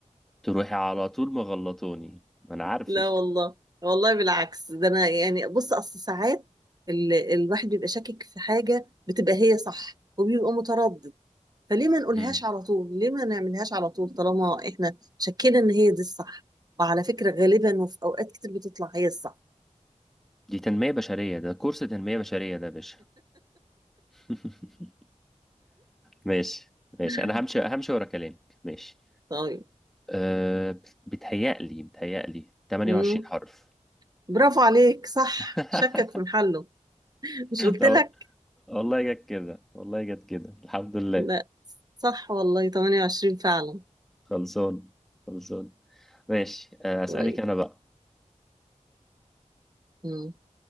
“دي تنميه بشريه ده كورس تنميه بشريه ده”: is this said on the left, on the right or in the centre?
Centre